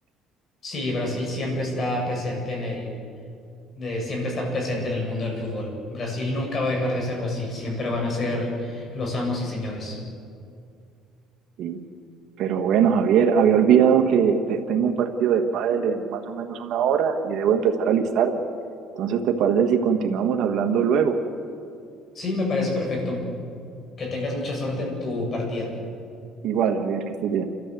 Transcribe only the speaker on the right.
Y, pero bueno, Javier, había olvidado que te- tengo un partido de pádel en más o menos una hora y debo empezar a alistarme. Entonces, ¿te parece si continuamos hablando luego?
Igual, Javier, que estés bien.